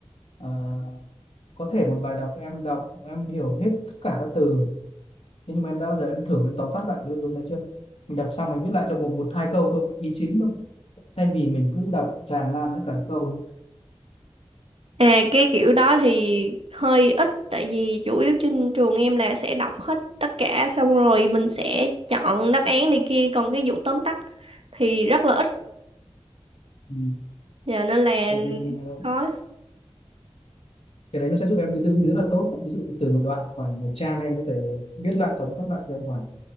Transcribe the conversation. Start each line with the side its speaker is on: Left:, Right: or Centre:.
Left: ờ, có thể một bài đọc em đọc em hiểu hết tất cả các từ thế nhưng mà em đã bao giờ em thử em tóm tắt lại cái nội dung đấy chưa? Mình đọc xong mình viết lại trong một một hai câu thôi, ý chính thôi thay vì mình cứ đọc tràn lan tất cả các câu
Right: À cái kiểu đó thì hơi ít tại vì chủ yếu trên trường em là sẽ đọc hết tất cả xong rồi mình sẽ chọn đáp án này kia còn cái vụ tóm tắt thì rất là ít.
Left: Ừ.
Right: Dạ nên là
Left: Bởi vì ờ,
Right: khó.
Left: cái đấy nó sẽ giúp em cái tư duy rất là tốt ví dụ từ một đoạn khoảng một trang em có thể viết lại tóm tắt lại trong khoảng